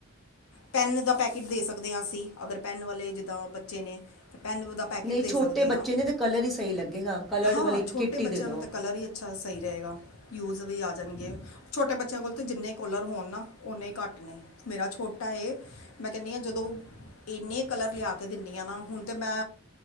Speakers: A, on the left; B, in the centre.
A: ਪੈੱਨ ਦਾ ਪੈਕੇਟ ਦੇ ਸਕਦੇ ਆ ਅਸੀਂ ਅਗਰ ਪੈੱਨ ਵਾਲੇ ਜਿੱਦਾਂ ਬੱਚੇ ਨੇ ਤੇ ਪੈੱਨ ਦਾ ਪੈਕਟ
B: ਨਹੀਂ
A: ਦੇ
B: ਛੋਟੇ
A: ਸਕਦੇ
B: ਬੱਚੇ
A: ਆ
B: ਨੇ ਤੇ ਕਲਰ ਹੀ ਸਹੀ ਲੱਗੇਗਾ ਕਲਰਡ
A: ਹਾਂ
B: ਵਾਲੀ
A: ਛੋਟੇ
B: ਕਿੱਟ ਹੀ
A: ਬੱਚਿਆਂ
B: ਦੇ ਦਿਉ
A: ਨੂੰ ਤਾਂ ਕਲਰ ਈ ਅੱ ਛਾ ਸਈ ਰਏਗਾ। ਯੂਜ ਵੀ ਆ ਜਾਣਗੇ ਛੋਟੇ ਬੱਚਿਆਂ ਕੋਲ ਤਾਂ ਜਿੰਨੇ ਕੋਲਰ ਹੋਣ ਨਾ ਓਨੇ ਈ ਘੱਟ ਨੇ। ਮੇਰਾ ਛੋਟਾ ਏ ਮੈਂ ਕੈਨੀਆ ਜਦੋਂ ਇੰਨੇ ਕਲਰ ਲਿਆ ਕੇ ਦਿੰਨੀ ਆਂ ਨਾ ਹੁਣ ਤੇ ਮੈਂ